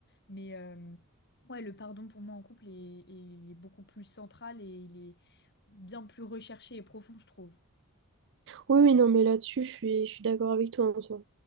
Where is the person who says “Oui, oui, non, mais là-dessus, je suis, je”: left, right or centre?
Right